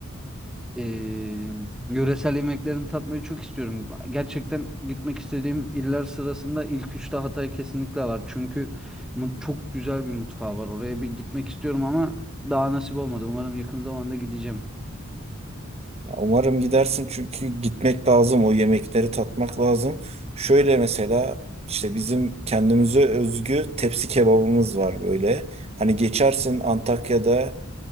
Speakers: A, in the centre; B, on the right (about 30°).
A: e, yöresel yemeklerini tatmayı çok istiyorum. Gerçekten gitmek istediğim iller sırasında ilk üçte Hatay kesinlikle var. Çünkü mu- çok güzel bir mutfağı var. Oraya bir gitmek istiyorum ama daha nasip olmadı. Umarım yakın zamanda gideceğim.
B: Ya Umarım gidersin çünkü gitmek lazım, o yemekleri tatmak lazım. Şöyle mesela işte bizim kendimize özgü tepsi kebabımız var böyle. Hani geçersin Antakya'da